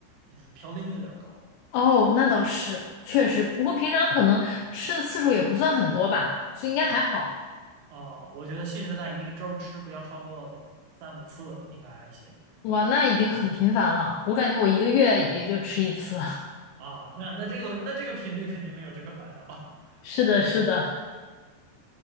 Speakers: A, on the right; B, on the left.
A: 就是嘌呤有点高
B: 哦，那倒是，确实。不过平常可能吃的次数也不算很多吧，所以应该还好。
A: 啊。我觉得限制在一个周吃不要超过三五次应该还行
B: 哇，那已经很频繁了。我感觉我一个月也就吃一次。
A: 啊。那那这个那这个频率肯定没有这个烦恼，<laughs>
B: <laughs> 是的，
A: 肯定。
B: 是的。